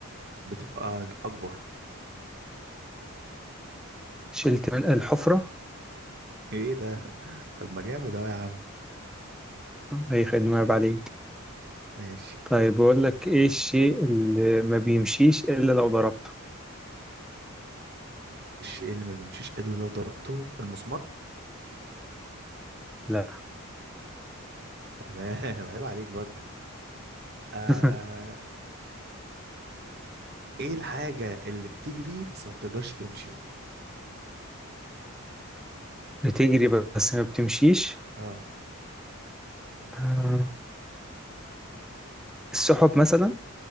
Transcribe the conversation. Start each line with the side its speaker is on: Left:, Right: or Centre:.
Right: بتبقى ج- اكبر
Centre: شلت من الحفرة
Right: <laughs> ايه ده طب ما جامد اهو يا عم
Centre: أي خدمة عيب عليك
Right: ماشي
Centre: طيب بقول لك إيه الشيء اللي ما بيمشيش إلا لو ضربته
Right: الشيء اللي ما بيمشيش الا لو ضربته المسمار
Centre: لا
Right: تمام <laughs> عيب عليك برضه آه
Centre: <laughs>
Right: ايه الحاجه اللي بتجري بس ما بتقدرش تمشي
Centre: بتجري بس ما بتمشيش
Right: اه
Centre: آه، السحب مثلا